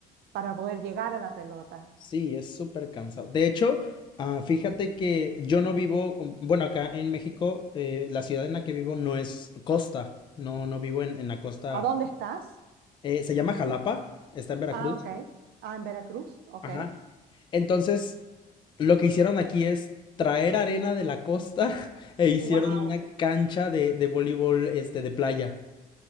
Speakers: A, on the right (about 70°); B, on the left (about 30°).
A: para poder llegar a la pelota.
B: Sí, es súper cansado. De hecho, ah, fíjate que yo no vivo, um, bueno, acá en México, eh, la ciudad en la que vivo no es costa, no, no vivo en, en la costa,
A: ¿A dónde Claro. estás?
B: eh, se llama Jalapa, está en Veracruz.
A: Ah, ok. Ah, en Veracruz, ok.
B: Ajá. Entonces, lo que hicieron aquí es traer arena de la costa <laughs> e hicieron
A: Wow,
B: una cancha de, de voleibol, este, de playa.